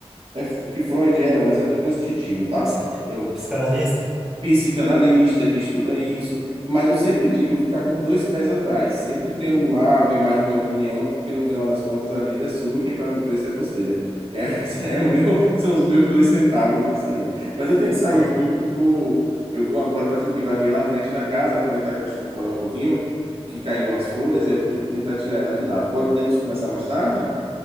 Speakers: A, on the right; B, in the centre.
A: é f- que Freud era, mas eu depois te digo, tá?
B: psiqui- eh,
A: Eu
B: psicanalista,
A: psicanalista que estuda isso, mas eu sempre digo, ficar com os dois pés atrás, sempre triangular, ver mais de uma opinião, porque no final das contas a vida é sua e quem paga o preço é você, né? É, <laughs> é o meu, são os meus dois centavos nisso aí. Mas eu tenho que sair
B: Ó,
A: aqui que eu vou, eu vou agora fazer o quê? Varrer lá à frente da casa, aproveitar que a chuva parou um pouquinho, que caiu umas folhas, eu vou ter que tentar tirar elas de lá. Podemos conversar mais tarde?